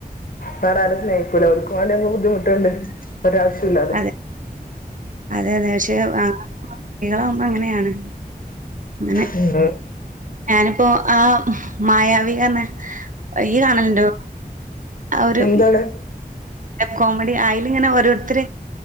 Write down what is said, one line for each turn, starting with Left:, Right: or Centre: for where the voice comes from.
Left: വേറെ ആരും സ്നേഹിക്കൂലോ ഓക്കുംവേണ്ടി ബുദ്ധിമുട്ടണ്ട, ഒരു ആവശ്യവുമില്ലാതെ.
Right: അതെ അതെ അതെ പക്ഷെ സ്ത്രീകളാകുമ്പോ അങ്ങനെയാണ് അങ്ങനെ
Left: <inaudible>
Right: ഞാനിപ്പോ ആ മായാവി തന്നാ ഈ കാണലുണ്ടോ ആ ഒരു്
Left: എന്താണ്
Right: കോമഡി ആയല് ഇങ്ങനെ ഓരോരുത്തർ